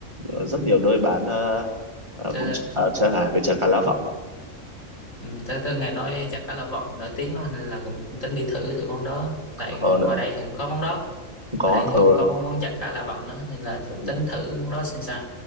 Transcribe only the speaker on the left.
Ừ.
Tớ,
ừ. tớ tớ nghe nói chả cá Lã Vọng nổi tiếng lắm nên là cũng tính đi thử thử món đó
tại ngoài đây thì cũng có món đó
ở đây thì
không có món món giặt cá lạ vặt nữa nên là thì cũng
tính thử món đó xem sao